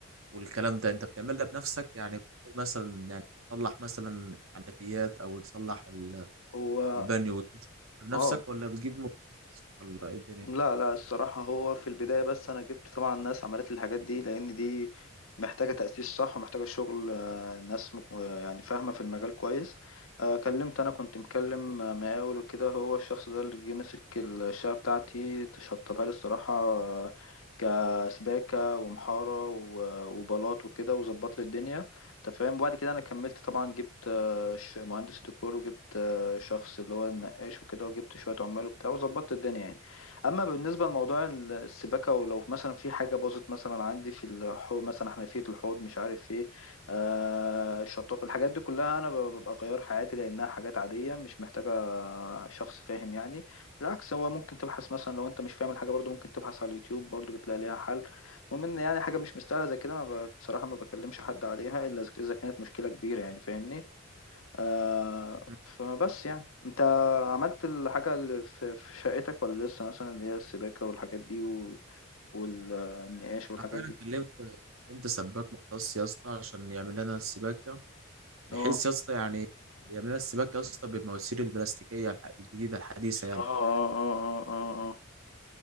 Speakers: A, on the right; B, on the left.
A: والكلام ده انت بتعملها بنفسك يعني مثلا يعني تصلح مثلا حنفيات او تصلح ال-
B: هو
A: البانيو والدش بنفسك
B: اه
A: ولا بتجيب مختص ولا ايه الدنيا
B: لا لا الصراحة هو في البداية بس أنا جبت طبعا ناس عملت لي الحاجات دي لأن دي محتاجة تأسيس صح ومحتاجة شغل آه، ناس مك- آه، يعني فاهمة في المجال كويس آه، كلمت أنا كنت مكلم آه، مقاول وكده هو الشخص ده اللي جه مسك الشقة بتاعتي شطبها لي الصراحة آه، كسباكة ومحارة و- وبلاط وكده وظبط لي الدنيا أنت فاهم وبعد كده أنا كملت طبعا جبت آه، ش- مهندس ديكور وجبت آه، شخص اللي هو النقاش وكده وجبت شوية عمال وبتاع وظبطت الدنيا يعني. اما بالنسبه لموضوع ال- السباكه ولو مثلا في حاجه باظت مثلا عندي في الحوض مثلا حنفيه الحوض مش عارف ايه آه الشطافه الحاجات دي كلها انا ب- ببقى غيرها عادي لانها حاجات عاديه مش محتاجه شخص فاهم يعني بالعكس هو ممكن تبحث مثلا لو انت مش فاهم الحاجه برضو ممكن تبحث على اليوتيوب برضو بتلاقي ليها حل المهم ان يعني حاجه مش مستاهله زي كده ما ب- بصراحه ما بكلمش حد عليها الا اذا إذا كانت مشكله كبيره يعني فاهمني آه
A: مم.
B: فبس يعني انت عملت الحاجة اللي في في شقتك ولا لسه مثلا اللي هي السباكة والحاجات دي و- والنقاش والحاجات
A: انا فعلا
B: دي
A: كلمت كلمت سباك مختص يا اسطى عشان يعمل لنا السباكه بحيث
B: اه
A: يا اسطى يعني يعمل لنا السباكه يا اسطى بالمواسير البلاستيكيه الح- الجديده الحديثه يعني
B: اه اه اه اه اه اه.